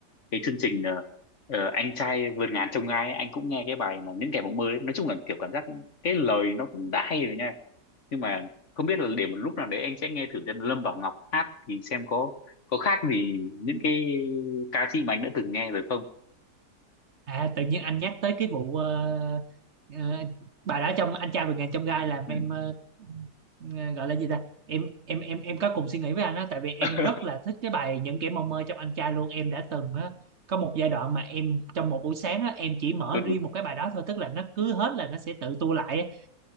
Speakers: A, on the left (about 45°); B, on the right (about 50°).
A: cái chương trình ờ, ờ, anh trai vượt ngàn chông gai anh cũng nghe cái bài mà những kẻ mộng mơ đấy nói chung là kiểu cảm giác cái lời nó cũng đã hay rồi nha nhưng mà không biết là để một lúc nào đấy anh sẽ nghe thử xem Lâm Bảo Ngọc hát thì xem có có khác gì những cái ca sĩ mà anh đã từng nghe rồi không
B: À tự nhiên anh nhắc tới cái vụ ờ, ờ, bà đã trong anh trai vượt ngàn chông gai làm
A: ừ,
B: em ờ, ờ, gọi là gì ta? Em em em em có cùng suy nghĩ với anh á tại vì em
A: <laughs>
B: rất là thích cái bài Những kẻ mộng mơ trong anh trai luôn, em đã từng á có một giai đoạn mà em trong một buổi sáng á em chỉ mở
A: ừ
B: riêng một cái bài đó thôi, tức là nó cứ hết là nó sẽ tự tua lại ấy.